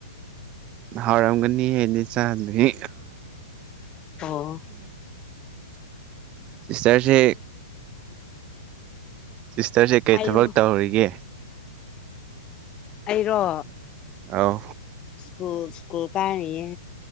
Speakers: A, on the right; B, on the left.
A: ꯍꯥꯎꯔꯝꯒꯅꯤ ꯑꯩꯗꯤ ꯆꯥꯗ꯭ꯔꯤ
B: ꯑꯣ
A: ꯁꯤꯁꯇꯔꯁꯦ ꯁꯤꯁꯇꯔꯁꯦ ꯀꯩ
B: ꯍꯥꯏꯌꯣ
A: ꯊꯕꯛ ꯇꯧꯔꯤꯒꯦ
B: ꯑꯩꯔꯣ
A: ꯑꯧ
B: ꯁ꯭ꯀꯨꯜ ꯁ꯭ꯀꯨꯜ ꯀꯥꯔꯤꯌꯦ